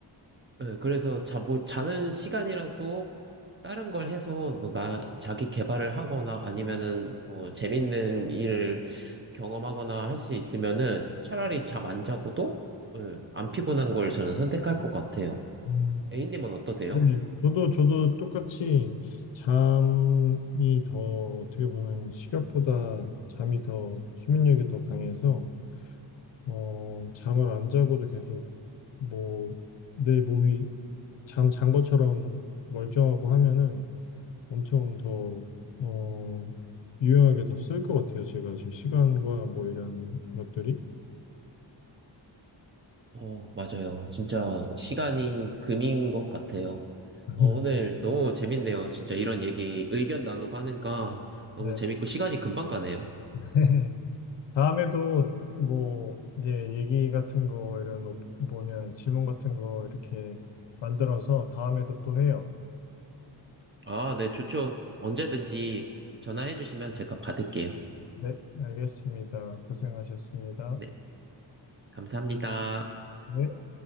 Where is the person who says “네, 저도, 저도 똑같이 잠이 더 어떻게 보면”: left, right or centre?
Left